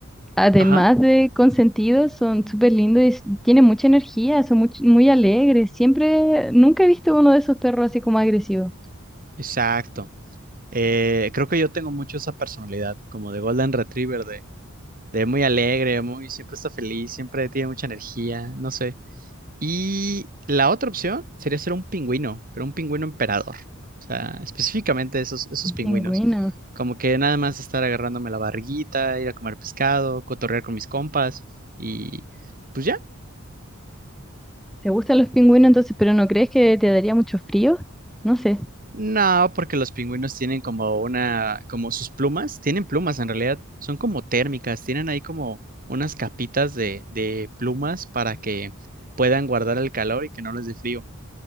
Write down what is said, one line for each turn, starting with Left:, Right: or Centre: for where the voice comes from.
Centre: además
Right: ajá,
Centre: de consentidos, son súper lindos y s- tienen mucha energía, son much- muy, alegres. Siempre, nunca he visto uno de esos perros así como agresivo.
Right: exacto. Eh, creo que yo tengo mucho esa personalidad, como de Golden Retriever, de, de muy alegre, muy, siempre está feliz, siempre tiene mucha energía, no sé. Y la otra opción sería ser un pingüino, pero un pingüino emperador. O sea, específicamente esos, esos
Centre: Un
Right: pingüinos.
Centre: Pingüino.
Right: Como que nada más estar agarrándome la barriguita, ir a comer pescado, cotorrear con mis compas y pues ya.
Centre: ¿Te gustan los pingüinos entonces, pero no crees que te daría mucho frío? No sé.
Right: No, porque los pingüinos tienen como una, como sus plumas, tienen plumas en realidad, son como térmicas, tienen ahí como unas capitas de, de plumas para que puedan guardar el calor y que no les dé frío.